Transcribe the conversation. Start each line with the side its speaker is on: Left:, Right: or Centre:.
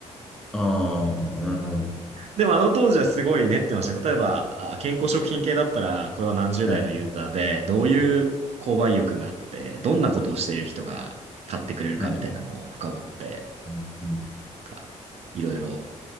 Centre: ああ、なるほど。
Right: でもあの当時はすごい練ってましたね。例えば、あ健康食品系だったら、これは何十代のユーザーで、
Centre: はい。
Right: どういう購買意欲があって、どんなことをしている人が買ってくれるかみたいなのを深掘って、
Centre: はい。うんうん
Right: なんかいろいろ、